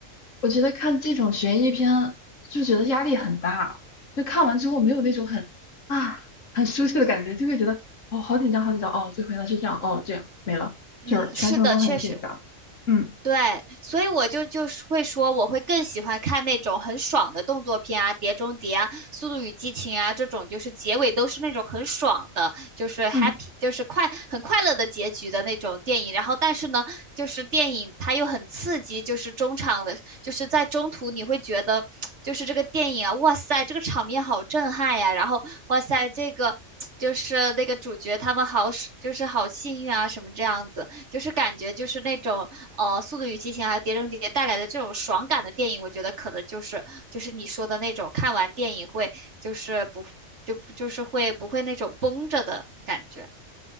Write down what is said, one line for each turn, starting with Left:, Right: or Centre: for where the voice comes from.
Left: 我觉得看这种悬疑片就觉得压力很大，就看完之后没有那种很啊很舒适的感觉，就会觉得哦好紧张好紧张哦，最后原来是这样哦这样没了，
Right: 嗯，
Left: 就是全程都很紧张。
Right: 是的，确实。
Left: 嗯
Right: 对，所以我就就是会说，我会更喜欢看那种很爽的动作片啊，《碟中谍》啊，《速度与激情》啊，这种就是结尾都是那种很爽的，就是
Left: 嗯，
Right: happy，就是快很快乐的结局的那种电影。然后，但是呢，就是电影它又很刺激，就是中场的，就是在中途你会觉得，就是这个电影啊，哇塞，这个场面好震撼呀，然后哇塞，这个。就是那个主角他们好，就是好幸运啊，什么这样子，就是感觉就是那种呃《速度与激情》还有《碟中谍》带来的这种爽感的电影，我觉得可能就是就是你说的那种看完电影会就是不就不就是会不会那种绷着的感觉。